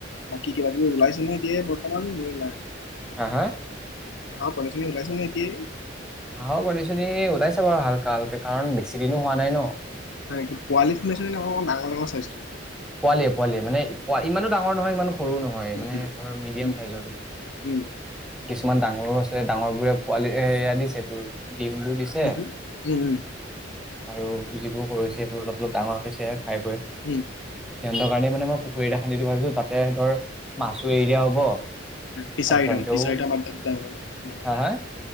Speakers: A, on the left; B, in the centre.
A: বাকী কিবা কিবি ওলাইছে নে এতিয়া বৰ্তমান নে নাই?
B: হা হা
A: হাহঁ কনী ওলাইছে নেকি
B: বাহঁ কনী ছনী ওলাইছা বাৰু হালকা হালকে কাৰণ বেছি দিনো হোৱা নাই ন
A: হয় নে পোৱালি সোমাইছে নে অপ ডাঙৰ ডাঙৰ স্বাস্থটো
B: পোৱালিয় পোৱালিয় মানে প ইমানো ডাঙৰ নহয় ইমানো সৰু নহয়
A: উম
B: মানে ধৰ মিডিয়াম
A: উম
B: চাইজৰটো
A: উম
B: কিছুমান ডাঙৰো আছে ডাঙৰ বোৰে পোৱালি এয়া দিছে তোৰ ডিমবোৰ দিছে।
A: কি হ'ল
B: আৰু যিবোৰ সৰু হৈছে সেইবোৰ অলপ অলপ ডাঙৰ হৈছে খাই বৈ
A: উম
B: সিহঁৰ কাৰণে মানে মই পুখুৰী এটা খান্দিটো ভাবিছো তাতে ধৰ মাছো এৰি দিয়া হ'ব
A: ফিছাৰি
B: আৰু সিহঁতেও
A: এটা ন
B: হা
A: নেকি
B: হা